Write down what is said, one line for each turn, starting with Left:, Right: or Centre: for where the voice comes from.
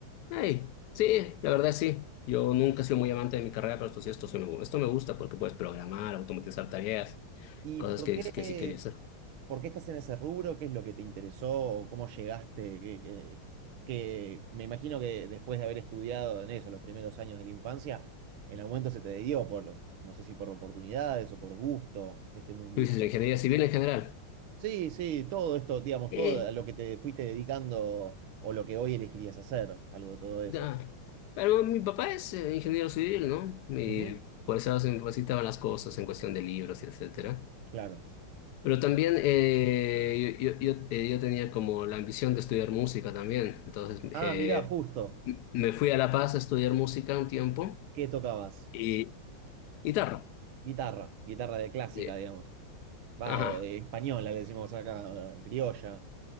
Left: Ay, sí, la verdad sí. Yo nunca he sido muy amante de mi carrera, pero esto sí, esto, sí me, gu- esto me gusta porque puedes programar, automatizar tareas,
Right: ¿Y
Left: cosas
Right: por
Left: que,
Right: qué,
Left: que sí quería hacer.
Right: por qué estás en ese rubro? ¿Qué es lo que te interesó? ¿O ¿Cómo llegaste? ¿Qué- qué- qué- me imagino que después de haber estudiado en eso los primeros años de la infancia, en algún momento se te dio por, no sé si por oportunidades o por gusto, este mundillo.
Left: Tú dices la ingeniería civil en general.
Right: Sí, sí, todo esto, digamos,
Left: Eh,
Right: todo a lo que te fuiste dedicando o lo que hoy elegirías hacer, algo de todo eso.
Left: ya. Pero mi papá es eh, ingeniero civil, ¿no? Y
Right: Ujú,
Left: por eso se me facilitaban las cosas en cuestión de libros y etcétera.
Right: claro.
Left: Pero también eh, yo, yo, yo, eh, yo tenía como la ambición de estudiar música también. Entonces
Right: Ah,
Left: eh,
Right: mirá, justo.
Left: m- me fui a La Paz a estudiar música un tiempo
Right: ¿Qué tocabas?
Left: y guitarra.
Right: Guitarra, guitarra de clásica,
Left: De-
Right: digamos. Va,
Left: ajá.
Right: o de española le decimos acá, criolla.